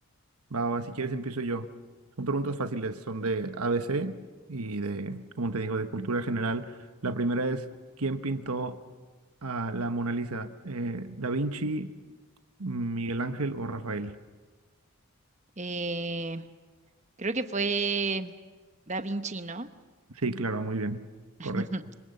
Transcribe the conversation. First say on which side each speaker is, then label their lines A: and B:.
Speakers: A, on the right (about 85°); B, on the right (about 30°).
A: Va, va, va, si quieres empiezo yo. Son preguntas fáciles, son de ABC y de, como te digo, de cultura general. La primera es, ¿quién pintó a la Mona Lisa? Eh, ¿Da Vinci, Miguel Ángel o Rafael?
B: Eh, creo que fue Da Vinci, ¿no?
A: Sí, claro, muy bien.
B: <laughs>
A: Correcto.